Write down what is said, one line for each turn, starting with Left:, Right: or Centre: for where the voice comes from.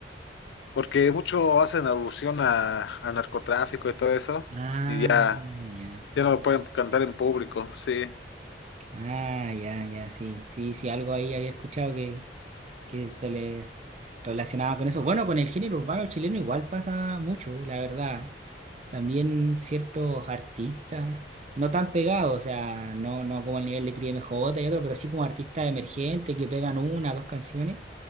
Left: porque mucho hacen alusión a, a narcotráfico y todo eso,
Right: Ah,
Left: y ya.
Right: ya.
Left: Ya no lo pueden cantar en público, sí.
Right: Ah, ya, ya, sí. Sí, sí, algo ahí había escuchado que, que se le relacionaba con eso. Bueno, con el género urbano chileno igual pasa mucho, la verdad. También ciertos artistas, no tan pegados, o sea, no, no como el nivel de Cris M J y otro, pero sí como artistas emergentes que pegan una, dos canciones.